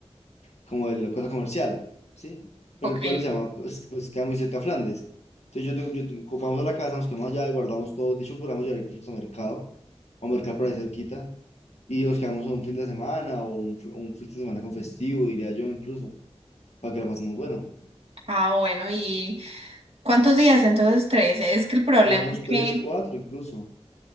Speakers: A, on the left (about 80°); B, on the right (about 65°).
A: como de la cosa comercial, ¿sí? Pero
B: Ok.
A: el pueblo se llama, pues, pues queda muy cerca a Flandes. Entonces yo, tengo- yo tengo- como vamos a la casa, nos quedamos allá y guardamos todo. De hecho, podríamos llevar incluso al mercado, a un mercado por ahí cerquita, y nos quedamos un fin de semana o un, fi- un fin de semana con festivo, diría yo incluso, para que la pasemos bueno.
B: Ah, bueno, ¿y cuántos días? Entonces, tres. Es que el problema
A: pero unos
B: es que...
A: tres, cuatro incluso.